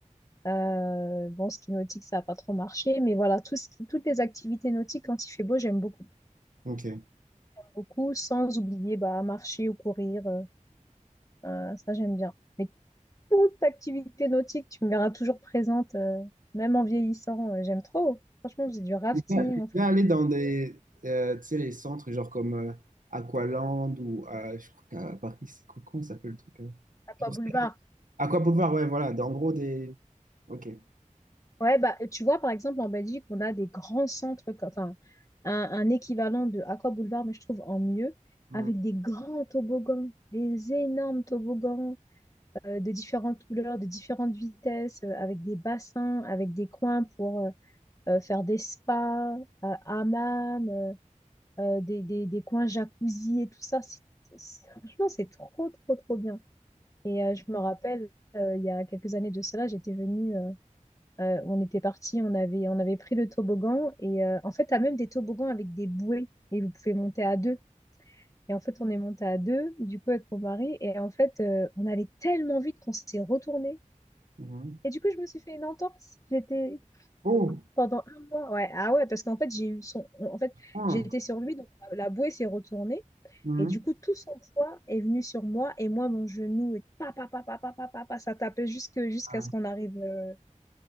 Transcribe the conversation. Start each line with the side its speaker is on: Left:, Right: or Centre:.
Left: Euh, bon, ski nautique, ça n'a pas trop marché, mais voilà, tout ce qui- toutes les activités nautiques, quand il fait beau, j'aime beaucoup.
Right: ok.
Left: Beaucoup, sans oublier bah, marcher ou courir, euh, euh, ça j'aime bien. Mais toute activité nautique, tu me verras toujours présente, euh, même en vieillissant, euh, j'aime trop. Franchement, on faisait du rafting,
Right: T'es déjà
Left: on fait
Right: déjà allé dans des, euh, tu sais, les centres genre comme euh, Aqualand ou euh, je crois qu'à Paris, c'est quoi- comment ça s'appelle le truc? euh
Left: aqua
Right: Genre,
Left: boulevard.
Right: c'est- Aqua Boulevard, ouais, voilà. dans- En gros, des. Ok.
Left: Ouais, bah, tu vois, par exemple, en Belgique, on a des grands centres, co- enfin, un, un équivalent de Aqua Boulevard, mais je trouve en mieux,
Right: Mhm,
Left: avec des grands toboggans, des énormes toboggans euh, de différentes couleurs, de différentes vitesses, euh, avec des bassins, avec des coins pour euh, euh, faire des spas, euh, hammams, euh, euh, des, des, des coins jacuzzi et tout ça. C'est, c'est- franchement, c'est trop, trop, trop bien. Et euh, je me rappelle, euh, il y a quelques années de cela, j'étais venue. euh, euh, on était parti, on avait, on avait pris le toboggan et euh, en fait, tu as même des toboggans avec des bouées et vous pouvez monter à deux. Et en fait, on est monté à deux, du coup, avec mon mari. Et en fait, euh, on allait tellement vite qu'on s'est retourné.
Right: mhm.
Left: Et du coup, je me suis fait une entorse. J'étais
Right: Oh!
Left: pendant un mois. Ouais, ah ouais, parce qu'en fait, j'ai eu son. En fait,
Right: ah,
Left: j'étais sur lui, donc la bouée s'est retournée.
Right: mhm.
Left: Et du coup, tout son poids est venu sur moi. Et moi, mon genou, et pa, pa, pa, pa, pa, pa, pa, pa, ça tapait jusque, jusqu'à
Right: Ah,
Left: ce qu'on arrive euh,